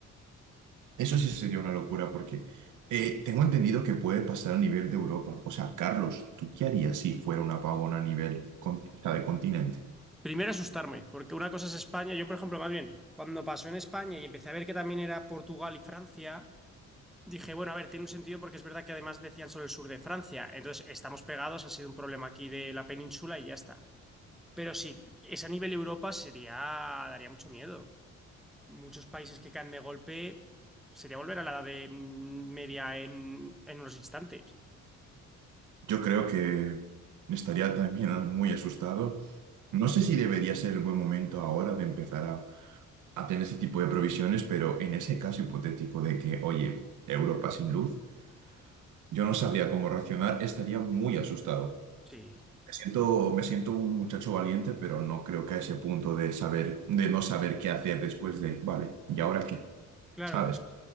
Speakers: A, on the right; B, in the centre.
A: eso sí sería una locura porque eh, tengo entendido que puede pasar a nivel de Europa. O sea, Carlos, ¿tú qué harías si fuera un apagón a nivel con- o sea, de continente?
B: Primero asustarme, porque una cosa es España. Yo, por ejemplo, más bien, cuando pasó en España y empecé a ver que también era Portugal y Francia, dije, bueno, a ver, tiene un sentido porque es verdad que además decían solo el sur de Francia. Entonces, estamos pegados, ha sido un problema aquí de la península y ya está. Pero sí, es a nivel Europa sería, daría mucho miedo. Muchos países que caen de golpe, sería volver a la edad de mm, media en, en unos instantes.
A: Yo creo que estaría también muy asustado. No sé si debería ser el buen momento ahora de empezar a, a tener ese tipo de provisiones, pero en ese caso hipotético de que, oye, Europa sin luz. Yo no sabía cómo reaccionar, estaría muy asustado.
B: Sí,
A: Me siento, me siento un muchacho valiente, pero no creo que a ese punto de saber, de no saber qué hacer después de, vale, ¿y ahora qué?
B: claro,
A: ¿Sabes?
B: o sea,